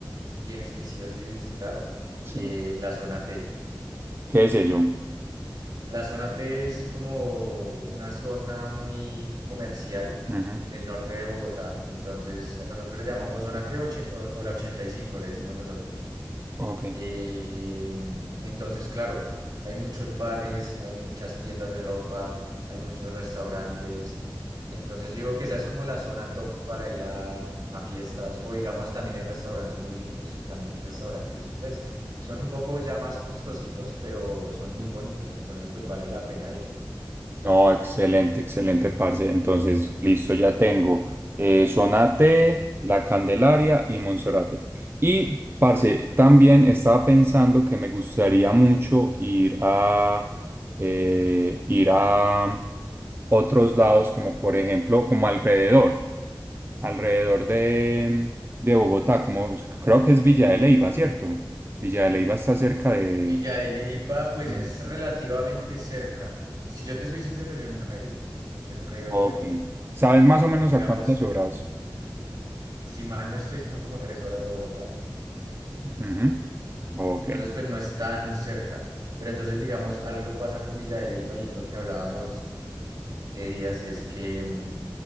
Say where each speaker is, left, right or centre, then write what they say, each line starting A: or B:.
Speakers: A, on the right (about 60°); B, on the right (about 30°).
A: tienes que sí o sí visitar,
B: sí.
A: eh, la zona T.
B: ¿Qué es eso?
A: La zona T es como una zona muy comercial
B: Ujú,
A: en el norte de Bogotá. Entonces, nosotros le llamamos o zona T 80 o o la 85, le decimos nosotros.
B: Ok.
A: Eh, entonces, claro, hay muchos bares, hay muchas tiendas de ropa, hay muchos restaurantes. Entonces, digo que esa es como la zona top para ir a, a fiestas. O digamos, también hay restaurantes muy lindos y también restaurantes, pues, son un poco ya más costositos, pero son muy bonitos. Entonces, pues, vale la pena ir.
B: No, excelente, excelente, parce. Entonces, listo, ya tengo eh, Sonate, La Candelaria y Monserrate. Y, parce, también estaba pensando que me gustaría mucho ir a, eh, ir a otros lados, como por ejemplo, como alrededor, alrededor de, de Bogotá, como creo que es Villa de Leyva, ¿cierto? Villa de Leyva está cerca de...
A: Villa de Leyva, pues,
B: Ujú.
A: es relativamente cerca. Si yo te soy sincero, yo nunca he ido. Yo nunca he ido a
B: Ok.
A: Villa de Leyva.
B: ¿Sabes más o menos
A: Digamos,
B: a cuántas horas?
A: si mal no estoy, son como tres horas de Bogotá.
B: Ujú. Ok,
A: Entonces, pues no es tan cerca. Pero entonces, digamos, algo pasa con Villa de Leyva y es lo que hablábamos qué días, y es que mm,